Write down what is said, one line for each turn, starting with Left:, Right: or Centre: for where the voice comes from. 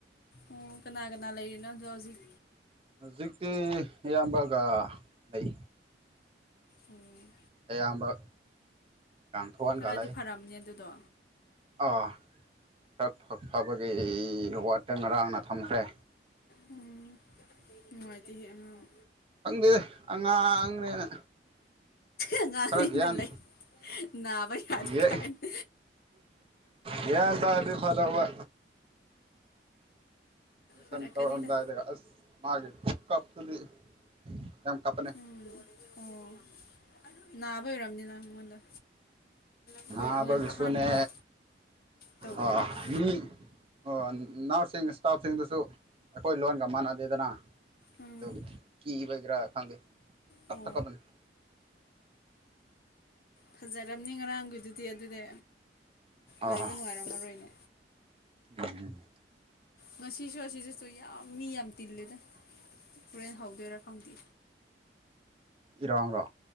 Left: ꯑꯣ ꯀꯅꯥ ꯀꯅꯥ ꯂꯩꯔꯤꯅꯣ ꯑꯗꯣ ꯍꯧꯖꯤꯛ
Right: ꯍꯧꯖꯤꯛꯇꯤ ꯑꯌꯥꯝꯕꯒ ꯂꯩ
Left: ꯎꯝ
Right: ꯑꯌꯥꯝꯕ ꯂꯥꯡꯊꯣꯛꯍꯟꯒ
Left: ꯈꯔꯗꯤ
Right: ꯂꯩ
Left: ꯐꯔꯝꯅꯤ ꯑꯗꯨꯗꯣ
Right: ꯑꯥ ꯈꯔꯥ ꯐ ꯐꯕꯒꯤ ꯋꯥꯠꯇ ꯉꯔꯥꯡꯅ ꯊꯝꯈ꯭ꯔꯦ
Left: ꯎꯝ ꯅꯨꯡꯉꯥꯏꯇꯦꯍꯦ ꯑꯉꯥꯡ
Right: ꯈꯪꯗꯦ ꯑꯉꯥꯡꯅꯦꯅ
Left: ꯑꯉꯥꯡꯅꯤꯅ
Right: ꯈꯔ ꯒ꯭ꯌꯥꯟ
Left: ꯂꯩ ꯅꯥꯕ ꯌꯥꯗꯦ
Right: ꯒ꯭ꯌꯥ
Left: ꯈꯥꯟ <unintelligible>
Right: ꯒ꯭ꯌꯥꯟ ꯇꯥꯔꯗꯤ ꯐꯗꯧꯕ ꯑꫭꯄꯔ‌ꯦꯁꯟ
Left: ꯐꯔꯛꯀꯅꯤꯗ
Right: ꯇꯧꯔꯝꯗꯥꯏꯗꯒ ꯑꯁ ꯃꯥꯒꯤ ꯈꯨꯀꯞꯇꯨꯗꯤ ꯌꯥꯝ ꯀꯞꯄꯥꯅꯦ
Left: ꯎꯝ ꯑꯣ ꯅꯥꯕꯩ ꯑꯣꯏꯔꯝꯅꯤꯅ ꯃꯉꯣꯟꯗ ꯑꯩꯈꯣꯏ
Right: ꯅꯥꯕꯒꯤꯁꯨꯅꯦ
Left: ꯑꯉꯥꯡ ꯑꯍꯥꯟ ꯐꯥꯎ ꯇꯧꯔꯤꯗꯨꯗꯤ
Right: ꯑꯥ ꯃꯤ ꯑꯣ ꯅꯔ꯭ꯁꯁꯤꯡ ꯏꯁꯇꯥꯐꯁꯤꯡꯗꯨꯁꯨ ꯑꯩꯈꯣꯏ ꯂꯣꯟꯒ ꯃꯥꯟꯅꯗꯦꯗꯅ
Left: ꯎꯝ
Right: ꯑꯗꯨꯒꯤ ꯀꯤꯕꯒꯤꯔ ꯈꯪꯗꯦ ꯄꯪꯀꯞꯇ
Left: ꯑꯣ
Right: ꯀꯞꯄꯥꯅꯦ
Left: ꯐꯖꯥꯔꯝꯅꯤ ꯉꯔꯥꯡꯒꯤꯗꯨꯗꯤ ꯑꯗꯨꯗꯤ
Right: ꯑꯥ
Left: ꯂꯩꯕ ꯅꯨꯡꯉꯥꯏꯔꯝꯃꯔꯣꯏꯅꯦ
Right: ꯎꯝ
Left: ꯉꯁꯤꯁꯨ ꯑꯁꯤꯁꯤꯁꯨ ꯌꯥꯝ ꯃꯤ ꯌꯥꯝ ꯇꯤꯜꯂꯦꯗ ꯍꯣꯔꯦꯟ ꯍꯧꯗꯣꯏꯔꯥ ꯈꯪꯗꯦ
Right: ꯏꯔꯥꯡꯂꯣ